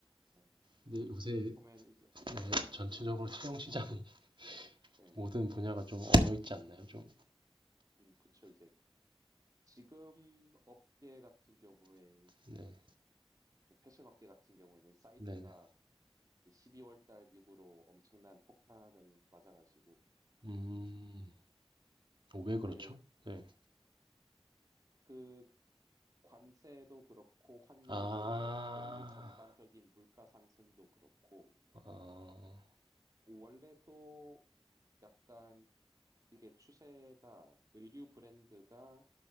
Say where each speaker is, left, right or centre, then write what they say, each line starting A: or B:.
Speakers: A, on the right (about 35°); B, on the right (about 50°).
A: 예.
B: 근데 요새
A: 보면 이제
B: 네,
A: 예,
B: 전체적으로 채용 시장이 <laughs>
A: 예,
B: 모든 분야가 좀 얼어 있지 않나요? 좀.
A: 음, 그쵸. 이제 지금 업계 같은 경우에
B: 네.
A: 패션 업계 같은 경우에는 사이즈가
B: 네, 네.
A: 12월 달 이후로 엄청난 폭탄을 맞아가지고
B: 음. 어, 왜
A: 이게
B: 그렇죠? 네.
A: 그 관세도 그렇고 환율도
B: 아.
A: 그렇고 이제 전반적인 물가 상승도 그렇고
B: 아.
A: 원래 또 약간 이게 추세가 의류 브랜드가